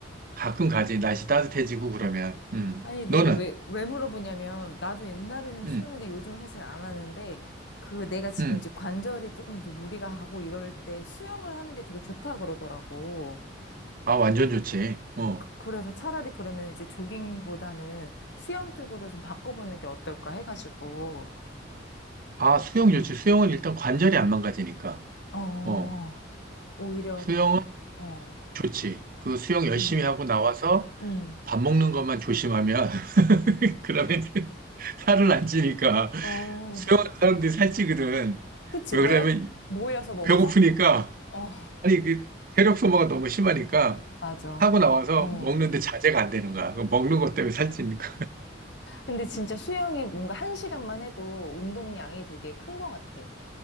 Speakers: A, on the right; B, on the left.
A: 가끔 가지. 날씨 따뜻해지고 그러면. 음.
B: 아니, 내가
A: 너는?
B: 왜, 왜 물어보냐면, 나도 옛날에는 수영했는데
A: 음,
B: 요즘은 사실 안 하는데, 그 내가 지금
A: 음.
B: 이제 관절이 조금 이제 무리가 하고 이럴 때 수영을 하는 게 되게 좋다 그러더라고.
A: 아, 완전 좋지. 어.
B: 그- 그래서 차라리 그러면 이제 조깅보다는 수영 쪽으로 좀 바꿔보는 게 어떨까 해가지고,
A: 아, 수영
B: 응,
A: 좋지. 수영은 일단 관절이 안 망가지니까.
B: 어,
A: 어.
B: 오히려,
A: 수영은
B: 어,
A: 좋지. 그 수영 열심히
B: 응,
A: 하고 나와서
B: 응,
A: 밥 먹는 것만 조심하면, <laughs> 그러면 살을 안 찌니까.
B: 어,
A: 수영하는 사람들이 살찌거든.
B: 그치,
A: 왜
B: 왜?
A: 그러면
B: 모여서 먹어서?
A: 배고프니까,
B: 어,
A: 아니, 그, 체력 소모가 너무 심하니까,
B: 맞아.
A: 하고 나와서
B: 어.
A: 먹는데 자제가 안 되는 거야. 그 먹는 것 때문에 살찌는 거
B: 근데 진짜 수영이 뭔가 한 시간만 해도 운동량이 되게 큰 것 같아.